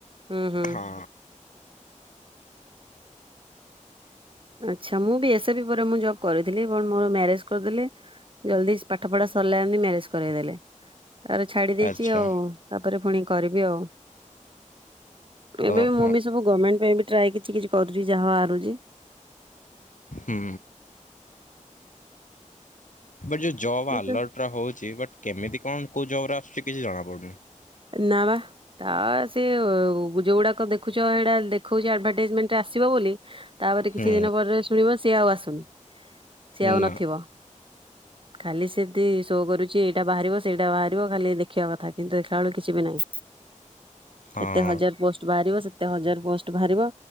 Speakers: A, on the right; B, on the left.
A: ହୁଁ ହୁଁ।
B: ହଁ
A: <inaudible> ଆଚ୍ଛା ମୁଁ ବି ଏସ ଏ ପି ପରେ ମୁଁ ଜବ୍ କରିଥିଲି ବଟ୍ ମୋର ମ୍ୟାରେଜ୍ କରିଦେଲେ ଜଲଦି ପାଠ ପଢା ସରିଲା ଏମିତି ମ୍ୟାରେଜ କରେଇ ଦେଲେ। ତା ପରେ ଛାଡି ଦେଇଛି
B: ଆଚ୍ଛା
A: ଆଉ ତାପରେ ପୁଣି କରିବି ଆଉ। ଏବେ
B: ଓହୋ
A: ମୁଁ ବି ସବୁ ଗମେଣ୍ଟ ପାଇଁ ବି ଟ୍ରାଏ କିଛି କିଛି କରୁଛି ଯାହା ବାହାରୁଛି।
B: ହୁଁ। ବଟ୍ ଯୋଉ ଜବ୍
A: କିନ୍ତୁ
B: ଆଲର୍ଟ ରେ ହଉଚି ବଟ୍ କେମିତି କଣ କୋଉ ଜବ୍ ର ଆସୁଚି କିଛି ଜଣା ପଡୁନି।
A: ନା ବା ତା ସେ ଉ ଯୋଉଗୁଡାକ ଦେଖୁଚ ସେଇଗୁଡା ଦେଖଉଚି ଆଡଭାଟାଇଜମେଣ୍ଟ ଆସିବ ବୋଲି ତାପରେ
B: ହୁଁ
A: କିଛି ଦିନ ପରେ ଶୁଣିବ ସିଏ ଆଉ ଆସୁନି। ସିଏ
B: ନା।
A: ଆଉ ନଥିବ ଖାଲି ସେମତି ଶୋ କରୁଛି ଏଇଟା ବାହାରିବ ସେଇଟା ବାହାରିବ ଖାଲି ଦେଖିବା କଥା କିନ୍ତୁ ଦେଖିଲା ବେଳୁ କି କିଛି ବି ନାହିଁ
B: ହଁ
A: ଏତେ ହଜାର ପୋଷ୍ଟ ବାହାରିବ ସେ କେତେ ହଜାର ପୋଷ୍ଟ ବାହାରିବ